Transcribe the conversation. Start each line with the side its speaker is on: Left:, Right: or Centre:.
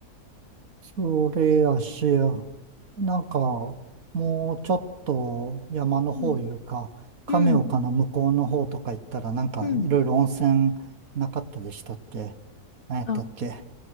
Right: それやし、なんか、もうちょっと山の方いうか、
Left: うん、
Right: 亀岡の向こうの方とか行ったら、
Left: うん、
Right: なんかいろいろ温泉なかったでしたっけ
Left: うん。
Right: 何やったっけ
Left: あ、